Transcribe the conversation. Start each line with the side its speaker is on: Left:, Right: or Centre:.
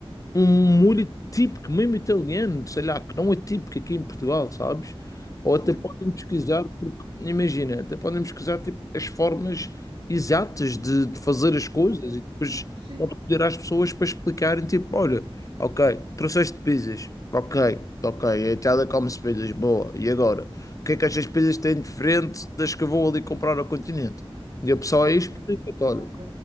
Left: um molho típico, mesmo italiano, sei lá, que não é típico aqui em Portugal, sabes? Ou
Right: Sim.
Left: até podem pesquisar, porque imagina, até podem pesquisar tipo, as formas exatas de, de fazer as
Right: Ok.
Left: coisas e depois
Right: Sim.
Left: podes pedir às pessoas para explicarem, tipo, olha, ok, trouxeste pizzas, ok, ok, a Itália come-se pizzas, boa, e agora? O que é que as despesas têm diferente das que eu vou ali comprar ao continente? E a pessoa aí
Right: Exato.
Left: explica, olha,
Right: Ok.